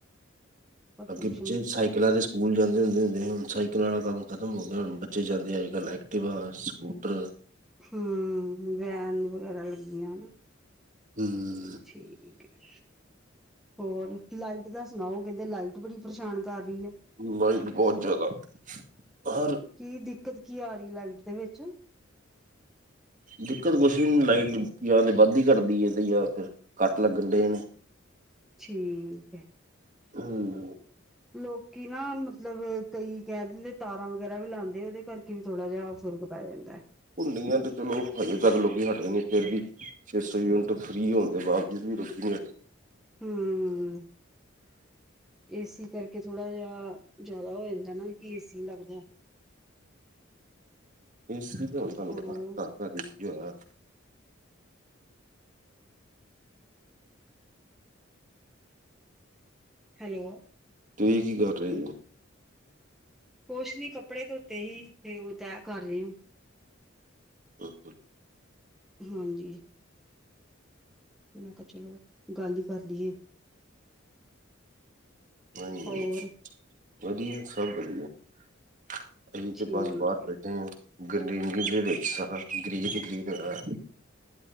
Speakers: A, in the centre; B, on the right (about 40°).
A: ਪ੍ਰਦੂਸ਼ਣ
B: ਅੱਗੇ ਪਿੱਛੇ ਸਾਈਕਲਾਂ ਦੇ ਸਕੂਲ ਜਾਂਦੇ ਹੁੰਦੇ ਹੁੰਦੇ ਹੁਣ ਸਾਈਕਲਾਂ ਦਾ ਕੰਮ ਖ ਤਮ ਹੁੰਦਾ ਹੁਣ ਬੱਚੇ ਜਾਂਦੇ ਅੱਜ-ਕੱਲ ਐਕਟਿਵਾ, ਸਕੂਟਰ
A: ਹੂੰ, ਵੈਨ ਵਗੈਰਾ ਲੱਗੀਆਂ ਨੇ।
B: ਹੂੰ।
A: ਠੀਕ। ਹੈ ਹੋਰ ਲਾਈਟ ਦਾ ਸੁਣਾਓ, ਕੈਂਦੇ ਲਾਈਟ ਬੜੀ ਪਰੇਸ਼ਾਨ ਕਰ ਰਈ ਐ।
B: ਲਾਈਟ ਬੌਤ ਜੈਦਾ ਹਰ
A: ਕੀ ਦਿੱਕਤ ਕੀ ਆ ਰਈ ਲਾਈਟ ਦੇ ਵਿੱਚ <inaudible>
B: ਦਿੱਕਤ ਕੁਛ ਨਈ ਲਾਈਟ ਯਾ ਤੇ ਵੱਧਦੀ ਘੱਟਦੀ ਏ ਤੇ ਯਾ ਫਿਰ ਕੱਟ ਲੱਗਣ ਡਏ ਨੇ।
A: ਠੀਕ ਹੈ।
B: ਹੂੰ,
A: ਲੋਕੀ ਨਾ, ਮਤਲਬ ਕਈ ਕਹਿ ਦਿੰਦੇ ਤਾਰਾਂ। ਜ਼ਰਾ ਵੀ ਲਾਉਂਦੇ, ਉਹਦੇ ਕਰਕੇ ਵੀ ਥੋੜ੍ਹਾ ਜਿਹਾ ਫ਼ੁਰਕ ਪੈ ਜਾਂਦਾ ਹੈ।
B: ਭੁੰਨੀਆਂ ਤੇ ਚਲੋ, ਹਜੇ ਤੱਕ ਲੋਕੀ ਹਟੇ ਨੀ, ਫੇਰ ਵੀ। ਛੇ ਸੌ ਯੂਨਿਟ ਫਰੀ ਹੋਣ ਦੇ ਬਾਵਜੂਦ ਵੀ ਰੁਕੀ ਨੇ ਤੇ
A: ਹੂੰ, ਏਸੀ ਕਰਕੇ ਥੋੜਾ ਜਿਆ। ਜ਼ਿਆਦਾ ਹੋ ਜਾਂਦਾ ਨਾ, ਕਿ ਏ ਸੀ ਲੱਗਦਾ।
B: ਏ ਸੀ ਤਾਂ ਹੁਣ ਤੁਹਾਨੂੰ
A: ਹੋਰ
B: ਪਤਾ, ਘਰ ਘਰ ਏ ਸੀ ਹੋਣਾ।
A: ਹੈਲੋ,
B: ਤੁਸੀਂ ਕੀ ਕਰ ਰਹੇ ਸੀ।
A: ਕੁਛ ਨੀ, ਕੱਪੜੇ ਧੋਤੇ ਹੀ ਤੇ ਉਹ ਤੈਅ ਕਰ ਰਹੇ ਹੋ।
B: ਹੂੰ ਹੂੰ,
A: ਹਾਂਜੀ ਮੈਂ ਕੇਹਾ ਚਲੋ, ਗੱਲ ਹੀ ਕਰ ਲਈਏ।
B: ਨਹੀਂ ਨਹੀ,
A: ਹੋਰ
B: ਵਧੀਆ ਸਭ ਵਧੀਆ। ਅਸੀਂ
A: ਠੀਕ
B: ਤੇ ਬਸ ਬਾਹਰ
A: ਹੈ
B: ਬੈਠੇ ਆਂ, ਗੱਡੀ ਇਨੀ ਦੇ ਵਿਚ, ਸਾਰਾ ਗ੍ਰੀਸ ਹੀ ਗ੍ਰੀਸ ਹੈਗਾ।